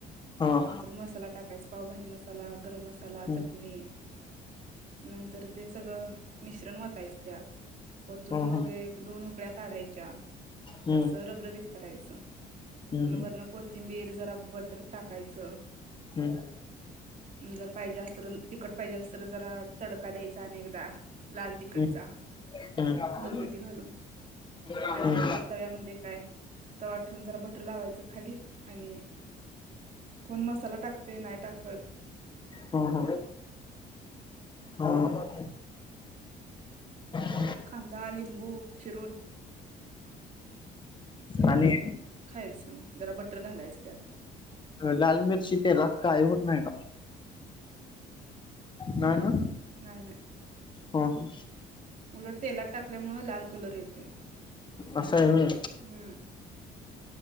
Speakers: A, on the left; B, on the right.
A: हं हं
B: नंतर मसाला टाकायचा पावभाजी मसाला <inaudible> चला
A: हं
B: चटणी नंतर ते सगळ मिश्रण वतायच त्यात वतून
A: हं
B: मग
A: हं
B: एक दोन उकळ्या काढायच्या
A: हम्म
B: अस रबरबित करायच
A: हम्म
B: अन वरण कोथींबीर जरा बटर टाकायच
A: हम्म <inaudible>
B: जर पाहिजे अस तिखट पाहिजे अस तर जरा तडका द्यायचा अनेकदा लाल तिखटचा
A: हम्म हम्म हम्म
B: भगवती घालून
A: हम्म
B: आणि इकडे तव्यामध्ये काय तवा ठेवून जरा बटर लावायचा त खाली आणि कोण मसाला टाक ते नाय टाक
A: ह ह हा हा <inaudible>
B: खांदा लिंबू फिरवून प्लेट
A: आणि
B: मधून खायचं जरा बट टर घालायच त्यात
A: लाल मिरची तेलाट काळी होत नाहीका नाही ना?
B: नाय नाय
A: हो हो
B: उलट तेलात टाकल्यामुळे लाल कलर येतय
A: असं आहे होय
B: हूं